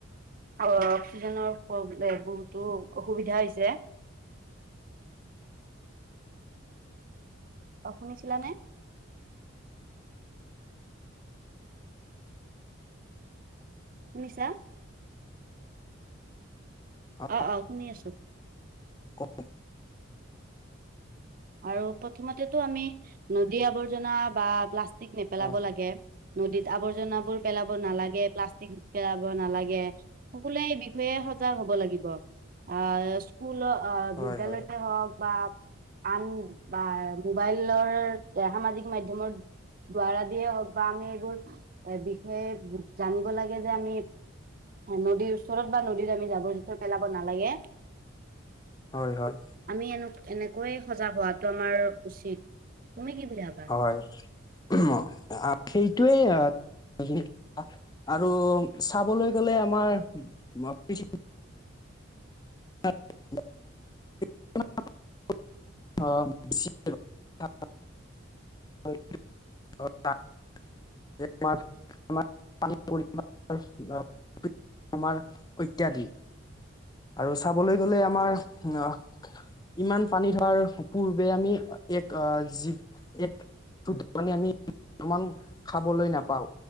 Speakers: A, on the right; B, on the left.
A: অ অক্সিজেনৰ প্ৰব্লেম বহুতো অসুবিধা হৈছে। <unintelligible> অ 'শুনিছিলানে। শুনিছা?
B: অ
A: আহ-আহ শুনি আছো।
B: <unintelligible>
A: আৰু প্ৰথমতেতো আমি নদী আৱৰ্জনা বা প্লাষ্টিক নেপেলাব
B: অ
A: লাগে। নদীত আৱৰ্জনাবোৰ পেলাব নালাগে প্লাষ্টিক পেলাব নালাগে? সকলোৱে বিষয়ে সজাগ হব লাগিব আ স্কুলত। অ
B: হয়
A: বিদ্যালয়তে
B: হয়
A: হওক বা। আন বা মোবাইলৰ সামাজিক মাধ্যমত? <unintelligible> দিয়ে হওক বা আমি এইবোৰ এ বিষয়ে জানিব লাগে যে আমি নদীৰ ওচৰত বা নদীত আমি জাবৰ জোথৰ পেলাব নালাগে।
B: হয়-হয়।
A: আমি এনে এনেকৈয়ে সজাগ হোৱাটো আমাৰ উচিত। তুমি কি বুলি ভাবা
B: হয় <unintelligible> আহ সেইটোৱেই হয়। আৰু চাবলৈ গ'লে আমাৰ পৃথিৱী অ <unintelligible> <unintelligible> <unintelligible> <inaudible> আমাৰ অত্যাধিক আৰু চাবলৈ গলে আমাৰ আহ। ইমান পানী ধোৱাৰ পূৰ্বে আমি এক যি এক তো দোকানি আনি। কিমান খাবলৈ নাপাওঁ,